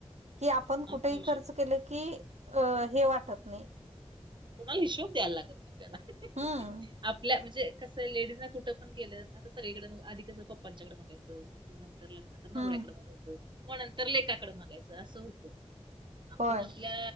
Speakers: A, on the right; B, on the right.
A: की आपण कुठेही
B: आत्मविश्वास
A: खर्च केलं की हे वाटत नाही.
B: कोणाला हिशोब द्यायला लागत नाही आपल्याला
A: हम्म
B: आपल्या म्हणजे. कसं लेडीज न कुठं पण गेलं आता सगळीकडेंग आधी कसं पप्पांच्याकडे मागायचं नंतर लग्न
A: हम्म
B: नवऱ्याकड मागायचं मग नंतर लेकाकड मागायचं असं होतं. आपण
A: होय
B: आपल्या